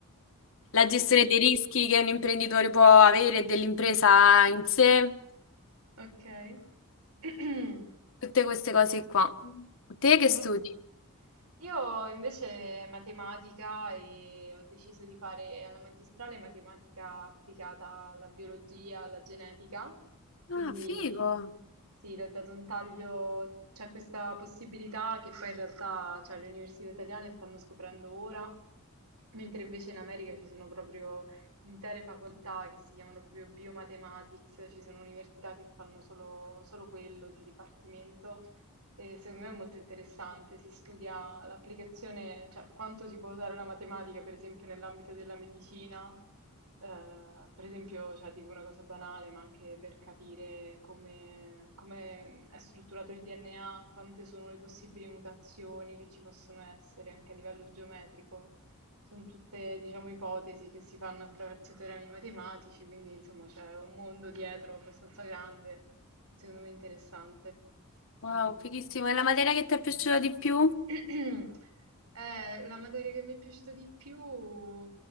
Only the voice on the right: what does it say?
Ok,
ok. <clears throat>
Molto Io invece matematica e ho deciso di fare alla magistrale matematica applicata alla biologia, alla genetica, quindi
sì, le ho dato un taglio, c'è questa possibilità che poi in realtà cioè, le università italiane stanno scoprendo ora, mentre invece in America ci sono proprio intere facoltà che si chiamano proprio biomathematics, ci sono università che fanno solo, solo quello di dipartimento. E secondo me è molto interessante, si studia l'applicazione, cioè quanto si può usare la matematica, per esempio, nell'ambito della medicina, eh, per esempio, cioè, dico una cosa banale, ma anche per capire come, come è strutturato il DNA, quante sono le possibili mutazioni che ci possono essere anche a livello geometrico. Sono tutte, diciamo, ipotesi che si fanno attraverso teoremi matematici, quindi insomma c'è un mondo dietro abbastanza grande, secondo me interessante. Quindi
<clears throat> Eh, la materia che mi è piaciuta di più